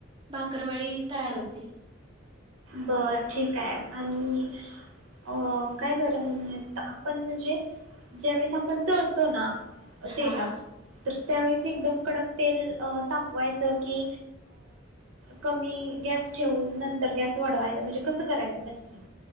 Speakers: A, on the right; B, on the right.
A: भाकरवाडी तयार होते.
B: बरं ठीक आहे आणि अ काय बरम्ह म्ह आपण म्हणजे ज्यावेळेस आपण तळतो ना
A: हा
B: तेलात त्यावेळेस एकदम कडक तेल तापवायचं की कमी गॅस ठेवून नंतर गॅस वाढवायचं म्हणजे कसं करायचं नक्की